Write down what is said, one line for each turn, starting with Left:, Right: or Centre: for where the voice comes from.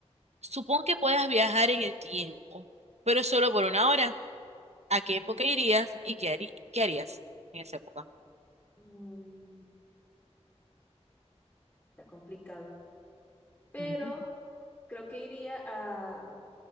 Right: Supón que puedas viajar en el tiempo, pero solo por una hora. ¿A qué época irías y qué harí- qué harías en esa época?
Left: Mm, está complicado. Pero
Right: Ujú.
Left: creo que iría a,